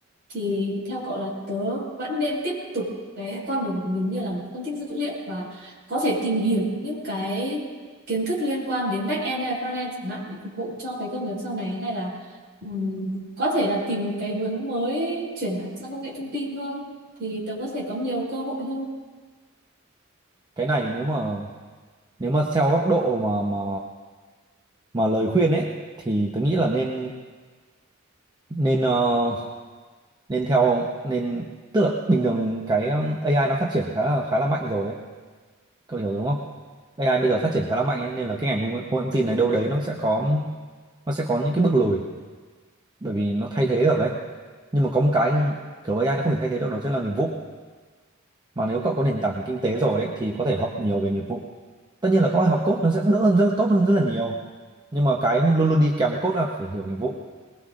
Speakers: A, on the right; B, on the right.
A: thì theo cậu là tớ vẫn nên tiếp tục cái con đường của mình như là phân tích dữ liệu và có thể tìm hiểu những cái kiến thức liên quan đến back end hay front end chẳng hạn để phục vụ cho cái công việc sau này hay là Ừm, có thể là tìm một cái hướng mới chuyển hẳn sang công nghệ thông tin hơn thì tớ có thể có nhiều cơ hội hơn
B: cái này nếu mà nếu mà theo góc độ mà mà mà lời khuyên ấy thì tôi nghĩ là nên nên ờ, nên theo nên tức là bình thường cái um, AI nó phát triển khá là khá là mạnh rồi ấy cậu hiểu rồi đúng không AI bây giờ phát triển khá là mạnh ấy, nên là cái ngành công nghệ công nghệ thông tin này đâu đấy nó sẽ có nó sẽ có những cái bước lùi bởi vì nó thay thế được ấy nhưng mà có một cái kiểu AI nó không thể thay thế được đó chính là nghiệp vụ mà nếu cậu có nền tảng về kinh tế rồi ấy, thì có thể học nhiều về nghiệp vụ tất nhiên là có học code nó sẽ đỡ hơn rất là tốt hơn rất là nhiều nhưng mà cái luôn luôn đi kèm với code là phải hiểu nghiệp vụ